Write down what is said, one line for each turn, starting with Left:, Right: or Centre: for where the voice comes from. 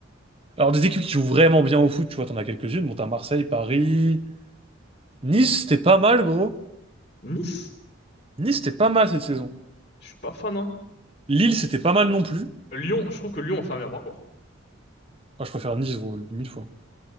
Right: Alors, des équipes qui jouent vraiment bien au foot, tu vois, t'en as quelques-unes. Bon, t'as Marseille, Paris. Nice, c'était pas mal, gros.
Left: Nice,
Right: Nice, c'était pas mal cette saison.
Left: je suis pas fan, hein.
Right: Lille, c'était pas mal non plus.
Left: Lyon, je trouve que Lyon a fait un meilleur parcours.
Right: Enfin, je préfère Nice, gros, mille fois.